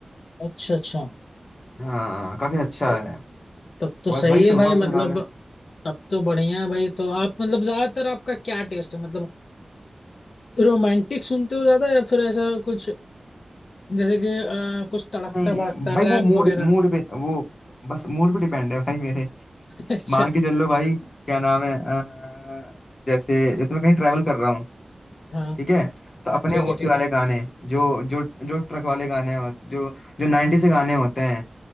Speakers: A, on the left; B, on the left.
A: अच्छा अच्छा
B: हाँ काफी अच्छा
A: तब
B: है
A: तब तो सही
B: बस वही
A: है
B: सुनूंगा
A: भाई
B: उसके
A: मतलब
B: गाने
A: तब तो बढ़िया है भाई तो आप मतलब ज्यादातर आपका क्या टेस्ट है मतलब रोमांटिक सुनते हो ज्यादा या फिर ऐसा कुछ जैसे कि अ, कुछ तड़कता
B: नहीं
A: भड़कता
B: भाई
A: रैप
B: वो मूड
A: वगैरह
B: मूड पे वो बस मूड पे डिपेंड है भाई मेरे
A: <laughs> अच्छा
B: मान के चल लो भाई क्या नाम है अ, जैसे जैसे मैं कहीं ट्रैवल कर रहा हूँ
A: हाँ
B: ठीक है तो अपने
A: ठीक है
B: ओजी
A: ठीक
B: वाले
A: है
B: गाने जो जो जो ट्रक वाले गाने हो जो जो 90 से गाने होते हैं